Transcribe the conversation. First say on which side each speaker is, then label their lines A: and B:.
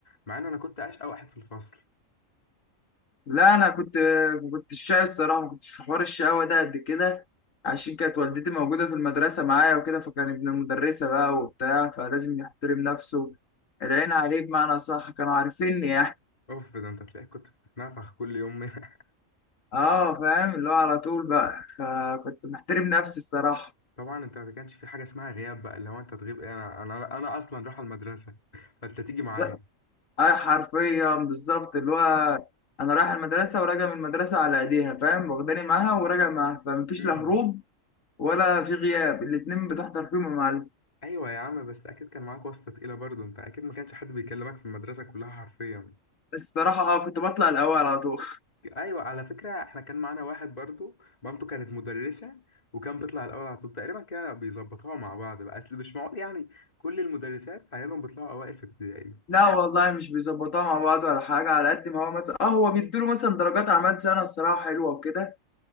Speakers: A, on the left (about 30°); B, on the left (about 70°).
A: مع ان انا كنت اشقى واحد في الفصل
B: لا انا كنت ما كنتش شاي الصراحه ما كنتش في حوار الشقاوه ده قد كده عشان كانت والدتي موجوده في المدرسه معايا وكده فكان ابن المدرسه بقى وبتاع فلازم يحترم نفسه العين عليه بمعنى صح كانوا عارفيني يعني
A: اوف ده انت تلاقيك كنت بتتنفخ كل يوم <laughs>
B: اه فاهم اللي هو على طول بقى فكنت محترم نفسي الصراحه
A: طبعا انت ما كانش في حاجة اسمها غياب بقى اللي هو انت تغيب ايه انا انا انا اصلا رايح المدرسة <laughs> فانت تيجي معايا
B: لا اه حرفيا بالظبط اللي هو انا رايح المدرسه وراجع من المدرسه على ايديها فاهم واخداني معاها وراجع معاها فمفيش
A: مم.
B: لا هروب ولا في غياب الاتنين بتحضر فيهم يا معلم
A: ايوه يا عم بس اكيد كان معاك واسطه تقيله برضو انت اكيد ما كانش حد بيكلمك في المدرسه كلها حرفيا
B: الصراحة اه كنت بطلع الأول على طول
A: ايوه على فكره احنا كان معانا واحد برضو مامته كانت مدرسه وكان بيطلع الاول على طول تقريبا كده بيظبطوها مع بعض بقى اصل مش معقول يعني كل المدرسات عيالهم بيطلعوا اوائل في ابتدائي
B: لا والله مش بيظبطوها مع بعض ولا حاجة على قد ما هو مثلا اه هو بيدوله مثلا درجات أعمال سنة الصراحة حلوة وكده